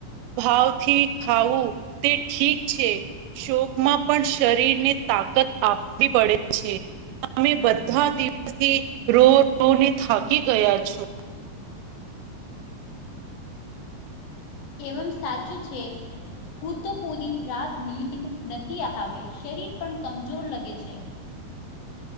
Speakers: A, on the right (about 80°); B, on the left (about 70°).
A: ભાવથી ખાવું તે ઠીક છે. શોકમાં પણ શરીરને તાકત આપવી પડે છે. અમે બધા દિવસથી રો રો ને થાકી ગયા છો.
B: એવમ સાચું છે. હૂ તો પૂરી રાત નીંદ નથી આવે શરીર પણ કમજોર લગે છે.